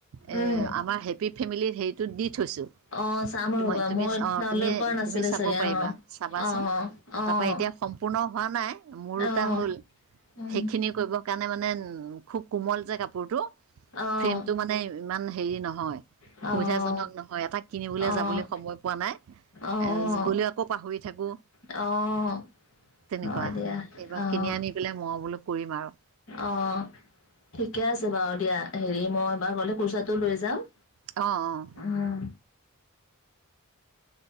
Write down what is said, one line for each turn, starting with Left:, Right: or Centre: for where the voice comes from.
Right: এ,
Left: উম।
Right: আমাৰ হে হেপ্পী ফেমিলিত, হেৰিটোত দি থৈছোঁ।
Left: অ', চাম
Right: তুমি,
Left: ৰ'বা
Right: তুমি
Left: মই
Right: অ'!
Left: ডাউনলোড
Right: তুমি,
Left: কৰা নাছিলো
Right: তুমি চাব
Left: চাগে
Right: পাৰিবা,
Left: অ',
Right: চাবাচোন?
Left: অ', অ'।
Right: তাৰ পৰা, এতিয়া সম্পূৰ্ণ হোৱা নাই, মোৰ দুটা
Left: অ',
Right: হ'ল।
Left: উম,
Right: সেইখিনি, কৰিব কাৰণে মানে, খুউব কোমল যে কাপোৰটো।
Left: অ',
Right: ফ্ৰেমটো মানে, ইমান হেৰি নহয়।
Left: অ'!
Right: জনক নহয়। এটা কিনিবলৈ
Left: অ',
Right: যাবলৈ সময় পোৱা নাই।
Left: অ'।
Right: এ, গ'লেও আকৌ পাহৰি থাকোঁ।
Left: অ'!
Right: তেনেকুৱা,
Left: হয় দিয়া
Right: এইবাৰ
Left: অ',
Right: কিনি আনি পেলাই, মই বোলোঁ কৰিম আৰু।
Left: অ'! ঠিকে আছে বাৰু দিয়া। হেৰি মই, এইবাৰ গ'লে, পইচাটো লৈ যাম।
Right: অ' অ'!
Left: উম!